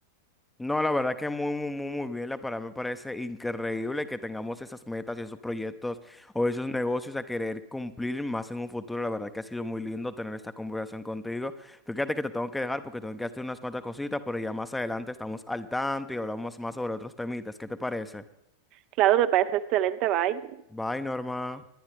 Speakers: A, in the centre; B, on the right.
A: No, la verdad que muy, muy, muy, muy bien. La verdad me parece increíble que tengamos esas metas y esos proyectos o esos negocios a querer cumplir más en un futuro. La verdad que ha sido muy lindo tener esta conversación contigo. Fíjate que te tengo que dejar porque tengo que hacer unas cuantas cositas, pero ya más adelante estamos al tanto y hablamos más sobre otros temitas. ¿Qué te parece?
B: Claro, me parece excelente, bye.
A: Bye, Norma.